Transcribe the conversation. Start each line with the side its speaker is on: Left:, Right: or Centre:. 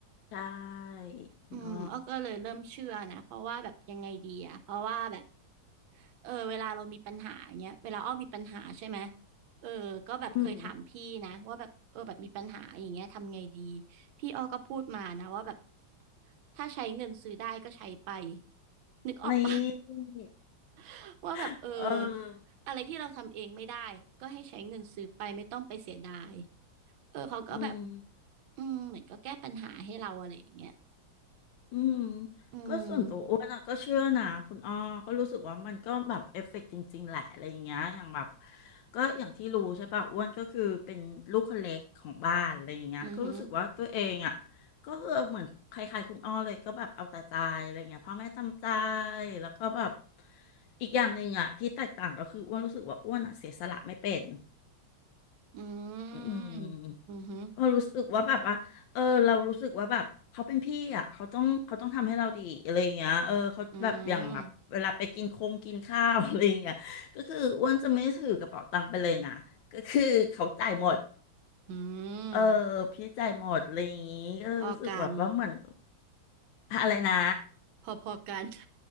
Left: ใช่
Right: อืมอ้อก็เลยเริ่มเชื่อนะเพราะว่าแบบยังไงดีอะเพราะว่าแบบ
Left: อ๋อ
Right: เออเวลาเรามีปัญหาเงี้ยเวลาอ้อมีปัญหาใช่ไหมเออก็แบบเคยถามพี่นะว่าแบบเออแบบมีปัญหาอย่างเงี้ยทำไงดี
Left: อืม
Right: พี่อ้อก็พูดมานะว่าแบบถ้าใช้เงินซื้อได้ก็ใช้ไปนึกออกปะ
Left: นี่
Right: <laughs> ว่าแบบเออ
Left: <laughs> เออ
Right: อะไรที่เราทำเองไม่ได้ก็ให้ใช้เงินซื้อไปไม่ต้องไปเสียดายเออเขาก็แบบ
Left: อืม
Right: อืมเหมือนก็แก้ปัญหาให้เราอะไรอย่างเงี้ย
Left: อืม
Right: อืม
Left: ก็ส่วนตัวอ้วนอะก็เชื่อนะคุณอ้อก็รู้สึกว่ามันก็แบบเอฟเฟกต์จริงๆแหละอะไรอย่างเงี้ยอย่างแบบก็อย่างที่รู้ใช่ป่ะอ้วนก็คือเป็นลูกคนเล็กของบ้านอะไรอย่างเงี้ยก็รู้สึกว่าตัวเองอะ
Right: อือฮึ
Left: ก็คือเหมือนใครๆคุณอ้อเลยก็แบบเอาแต่ใจอะไรเงี้ยพ่อแม่ตามใจแล้วก็แบบอีกอย่างหนึ่งอะที่แตกต่างก็คืออ้วนรู้สึกว่าอ้วนอะเสียสละไม่เป็น
Right: อื
Left: อืม
Right: มอือหือ
Left: เรารู้สึกว่าแบบว่าเออเรารู้สึกว่าแบบเขาเป็นพี่อ่ะ เขาต้องเขาต้องทำให้เราดีอะไรอย่างเงี้ยเออเขาแบบอย่างแบบเวลาไปกินคงกินข้าว
Right: อืม
Left: <laughs> อะไรอย่างเงี้ยก็คืออ้วนจะไม่ถือกระเป๋าตังค์ไปเลยนะก็คือเขาจ่ายหมด
Right: อื
Left: เออ
Right: ม
Left: พี่จ่ายหมดอะไรอย่างงี้ก็รู้สึกแบบว่าเหมือน
Right: พอกัน
Left: อะไรนะ
Right: พอพอกัน